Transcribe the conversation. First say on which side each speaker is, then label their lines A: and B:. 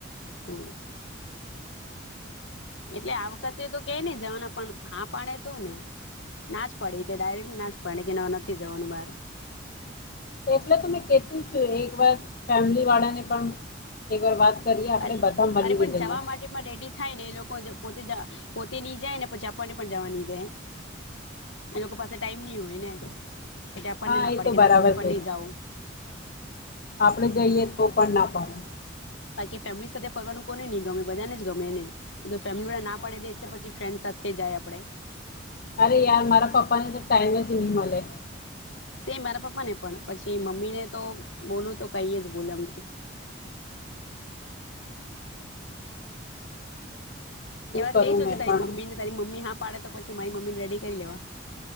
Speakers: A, on the left; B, on the left.
A: હમ એટલે આ વખતે તો કે નહ જવાના પણ હા પાડે તો ને નાચ પાડી તે ડાયરેક્ટ નાચ પાડે કે નથી જવાનું બાર.
B: એટલે તો મેં કેતું છું એક વાર. ફેમિલીવાળાને પણ એકવાર વાત. કરીએ આપણે
A: અરે
B: બધા મળીને
A: અરે પણ
B: જઈએ
A: જવા માટે પણ રેડી થાય ને એ લોકો. પોતે પોતે નહી જાય ને પછી આપણને પણ જવા નહી જાય એ લોકો પાસે ટાઈમ નહી હોય ને. પછી આપણને
B: હા
A: ના
B: એ
A: પડે
B: તો બરાબર
A: ના તમે પણ
B: કે
A: નહી જાઓ
B: આપણેે જઈએ તો પણ ના પાડે.
A: બાકી ફેમિલી સાથે ફરવાનું કોને નહીં ગમે બધાને જ ગમેને ફેમિલી વાા ના
B: હા
A: પડે
B: હા
A: દે એટલે પછી ફ્રેન્ડ સાથે જાય આપડે.
B: અરે યાર મારા પપ્પા ને તો ટાઈમ જ નહી મળે.
A: સે મારા પપ્પાને પણ પછી મમ્મીને તો બોલું તો કઈ જ બોલે એમથી.
B: શું
A: એવા
B: કરું
A: કઈ જો
B: મેં
A: છે તારી
B: પણ
A: મમ્મીને તારી મમ્મી હા પાડ તો પછી મારી મમ્મીને રેડી કરી લેવા.